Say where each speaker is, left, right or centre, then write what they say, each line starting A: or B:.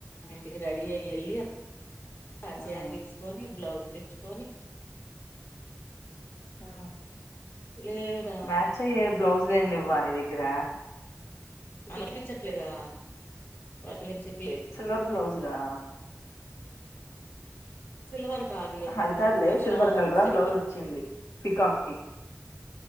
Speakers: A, on the left; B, on the left.
A: టికీ రెడీ అయ్యి వెళ్ళి ఆ చీర
B: ఉహు
A: తీసుకొని బ్లౌజ్ తెచ్చుకొని
B: ఆ
A: లేవురా
B: మ్యాచ్ అయ్యే బ్లౌజ్లేం లెవ్వా నీ ద గ్గర
A: అలా అనిపించట్లేగా <unintelligible>
B: సిల్వర్ బ్లౌస్లా
A: సిల్వర్ కాదులే
B: అదికాదులే
A: కొంచెం
B: సిల్వర్ కలర్
A: మిక్స్డ్
B: బ్లౌజ్ వచ్చింది పికాక్కి